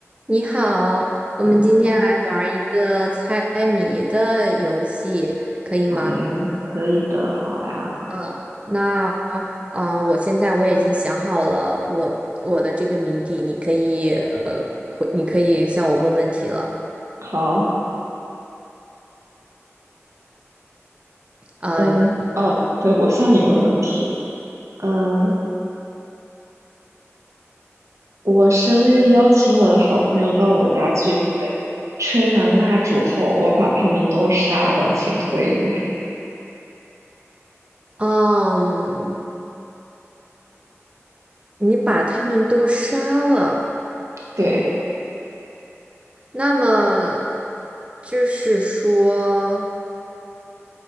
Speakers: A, on the right; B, on the right.
A: 你好，我们今天来玩儿一个猜谜的游戏，
B: 你好，
A: 可以吗？
B: 好呀，可以的，好呀，
A: 嗯，那啊、呃我现在我已经想好了我我的这个谜底，你可以呃，回，你可以向我问问题了。
B: 好，
A: 嗯、
B: 嗯，哦，对，我向你问问题，嗯，我生日邀请我的好朋友到我家聚会，吹完蜡烛后，我把他们都杀了，请推理。
A: 嗯，你把他们都杀了，
B: 对，
A: 那么就是说，